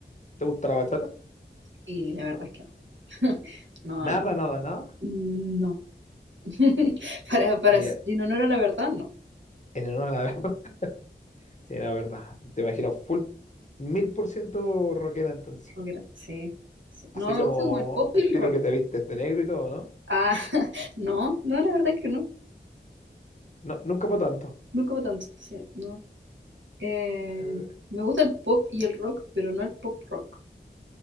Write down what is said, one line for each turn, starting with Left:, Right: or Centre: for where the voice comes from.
Left: ¿Te gusta la bachata?
Right: Y la verdad es que no. <laughs> No,
Left: Nada,
Right: no.
Left: nada, nada.
Right: No. <laughs> Para, para,
Left: Mira,
Right: en honor a la verdad, no.
Left: en honor a la <laughs> verdad. Sí, la verdad. Te imagino full mil por ciento rockera entonces.
Right: Rockera. Sí, sí.
Left: Así
Right: No, me
Left: como
Right: gusta como el pop y
Left: estilo
Right: el rock.
Left: que te vistes de negro y todo, ¿no?
Right: Ah, <laughs> no, no, la verdad es que no.
Left: No, nunca para tanto.
Right: Nunca va tanto. Sí, no. Eh,
Left: A ver,
Right: me gusta el pop y el rock, pero no el pop rock.